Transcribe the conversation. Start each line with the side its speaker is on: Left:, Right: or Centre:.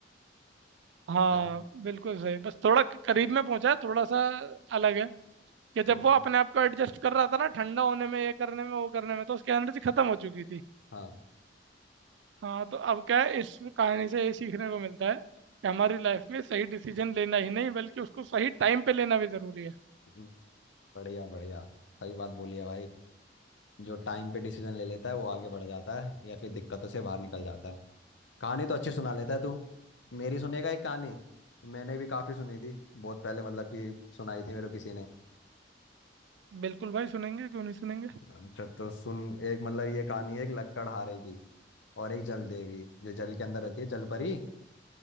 Right: हाँ
Left: अ,
Right: बिल्कुल सही बस थोड़ा क- करीब में पहुंचा है थोड़ा सा अलग है कि जब
Left: कोई
Right: वो अपने आप को एडजस्ट कर रहा था ना ठंडा होने में ये करने में वो करने में तो उसकी एनर्जी खत्म हो चुकी थी
Left: हाँ
Right: हाँ तो अब क्या है इस कहानी से ये सीखने को मिलता है कि हमारी लाइफ में सही डिसीजन लेना ही नहीं बल्कि उसको सही टाइम पे लेना भी जरूरी है
Left: हम्म, बढ़िया बढ़िया सही बात बोली है भाई जो टाइम पे डिसीजन ले लेता है वो आगे बढ़ जाता है या फिर दिक्कतों से बाहर निकल जाता है कहानी तो अच्छी सुना लेता है तू मेरी सुनेगा एक कहानी मैंने भी काफ़ी सुनी थी बहुत पहले मतलब कि सुनाई थी मेरे को किसी ने
Right: बिल्कुल भाई सुनेंगे क्यों नहीं सुनेंगे
Left: अच्छा तो सुन एक मतलब ये कहानी है एक लक्कड़हारे की और एक जल देवी जो जल के अंदर रहती है जलपरी